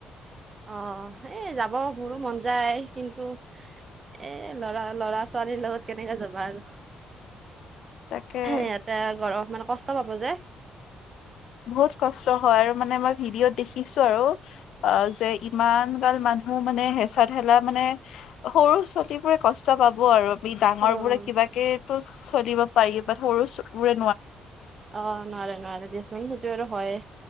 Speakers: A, on the right; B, on the left.
A: অ' এই যাব মোৰো মন যায়। কিন্তু এ ল'ৰা ল'ৰা-ছোৱালীৰ লগত কেনেকে যাবা আৰু!
B: তাকে
A: ইয়াতে গৰমত মানে কষ্ট পাব যে।
B: বহুত কষ্ট হয় আৰু মানে মই ভিডিঅ'ত দেখিছো আৰু, অ' যে ইমানগাল মানুহ মানুহ মানে হেঁচা-ঠেলা মানে, সৰু ছতীবোৰে কষ্ট পাব আৰু। ই ডাঙৰ
A: অ',
B: বোৰে কিবাকেইটো চলিব পাৰি বা সৰুবোৰে
A: অ নাৱাৰে নোৱাৰে দেছি <unintelligible> সেটো আৰু হয়